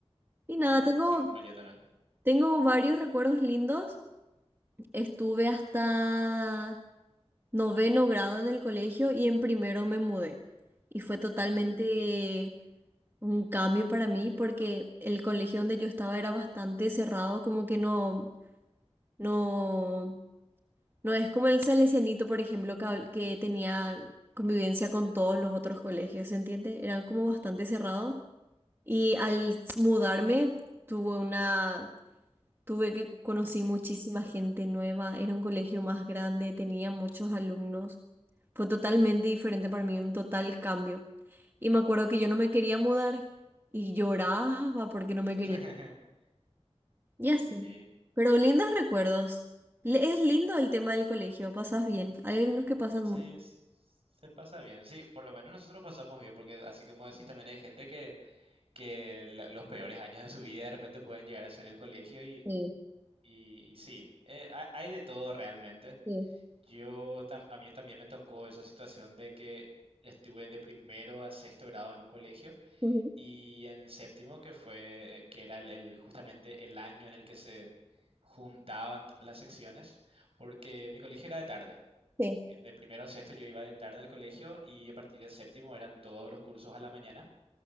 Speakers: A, on the right (about 20°); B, on the right (about 65°).
A: Y nada,
B: Sí,
A: tengo
B: así como yo también.
A: tengo varios recuerdos lindos. Estuve hasta noveno grado en el colegio y en primero me mudé. Y fue totalmente
B: Uh,
A: un cambio para mí porque el colegio donde yo estaba era bastante cerrado, como que no, no, no es como el Salesianito, por ejemplo, que, habl- que tenía convivencia con todos los otros colegios, ¿se entiende? Era como bastante cerrado. Y al mudarme tuve una Tuve que conocí muchísima gente nueva, era un colegio más grande, tenía muchos alumnos. Fue totalmente diferente para mí, un total cambio. Y me acuerdo que yo no me quería mudar y lloraba porque no me quería.
B: <laughs>
A: Y así.
B: Y sí,
A: Pero lindos recuerdos. Le- Es lindo el tema del colegio, pasas bien. Hay algunos que pasan
B: sí,
A: muy.
B: es- se pasa bien. Sí, por lo menos nosotros pasamos bien, porque así como decís, también hay gente que que la- los peores años de su vida de repente pueden llegar a ser el colegio y,
A: bien.
B: y- y sí, eh, ha- hay de todo realmente.
A: Sí, sí,
B: Yo, tam- a mí también me tocó esa situación de que estuve de primero a sexto grado en un colegio
A: ujú,
B: y en séptimo, que fue, eh, que era el, el- justamente el año en el que se juntaban todas las secciones, porque mi colegio era de tarde.
A: sí,
B: Mi- De primero a sexto yo iba de tarde al colegio y a partir de séptimo eran todos los cursos a la mañana